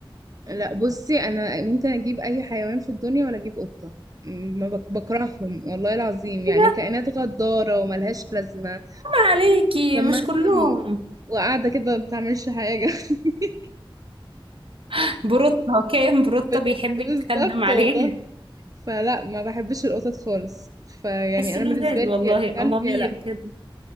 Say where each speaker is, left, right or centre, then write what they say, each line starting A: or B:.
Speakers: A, on the right; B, on the right.
A: لا بصي انا ممكن اجيب اي حيوان في الدنيا ولا اجيب قطه م- ما بك- بكرههم والله العظيم يعني
B: حرام
A: كائنات غداره وملهاش لازمه
B: عليكي
A: دمها
B: مش كلهم
A: سم وقاعده كده ما بتعملش حاجه <laughs>
B: <laughs> بروتة كام بروتة
A: بس-
B: بيحب
A: بالظبط
B: يتخدم عليه
A: والله فلا ما بحبش القطط خالص فيعني
B: بس
A: انا
B: لذاذ
A: بالنسبه لي
B: والله
A: يا كلب
B: أمامير
A: يا لا
B: كده